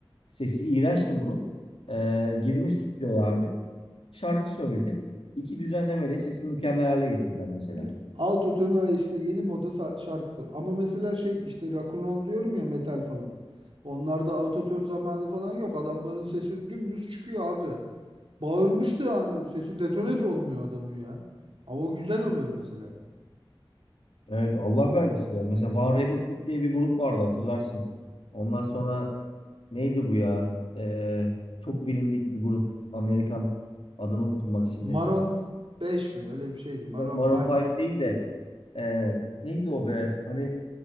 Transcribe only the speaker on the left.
Sesi iğrençti bunun. Ee, girmiş stüdyoya abi. Şarkı söyledi. İki düzenlemeyle sesi mükemmel hale getirdiler mesela.
Evet Allah vergisi ver. Mesela One Republic diye bir grup vardı hatırlarsın. Ondan sonra neydi bu ya? Ee, çok bilindik bir grup. Amerikan. Adını unuttum bak şimdi.
Maroon
5 değil de e, neydi o be? Hani